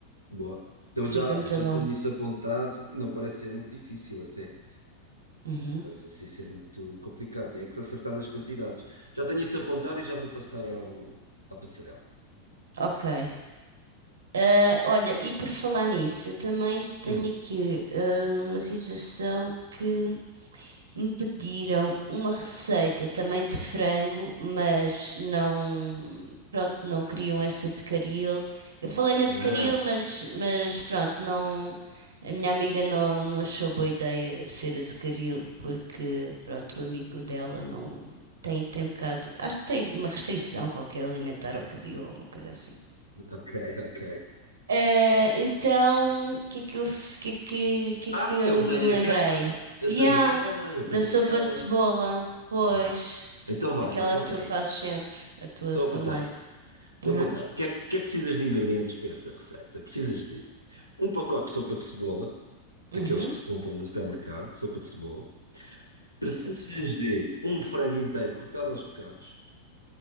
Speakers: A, on the right; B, on the right.
A: boa. Então
B: Fica
A: já,
B: muito
A: já
B: bom.
A: tenho isso apontado. Não parece ser muito difícil até.
B: Uhum.
A: Parece assim ser muito complicado. Tem é que se acertar nas quantidades. Já tenho isso apontado e já vou passar ao, à passarela.
B: Ok. Ah, olha, e por falar nisso, eu também tenho
A: Hum.
B: aqui ah, uma situação que me pediram uma receita também de frango, mas não, pronto, não queriam essa de caril. Eu falei na de caril,
A: Ah,
B: mas, mas pronto, não, a minha amiga não, não achou boa ideia ser a de caril, porque pronto, o amigo dela não tem, tem um bocado, acho que tem uma restrição qualquer alimentar ao caril ou uma coisa assim.
A: ok, ok.
B: Eh, então, o que é que eu, f- que, é que, que é
A: Ah,
B: que eu
A: eu tenho
B: me lembrei?
A: aquela, eu
B: Yeah,
A: tenho aquela, eu
B: da
A: tenho
B: sopa
A: aquela.
B: de cebola, pois.
A: Já. Então vai,
B: Aquela
A: apontei.
B: que tu fazes sempre, a tua
A: Então
B: famosa.
A: apontei. Então,
B: Aham,
A: boa tarde. O que é, o que é que precisas de ingredientes para essa receita? Precisas de um pacote de sopa de cebola, daqueles
B: uhum.
A: que se compram no supermercado, sopa de cebola. Precisas
B: Sopa de cebola,
A: de um frango inteiro cortado aos bocados.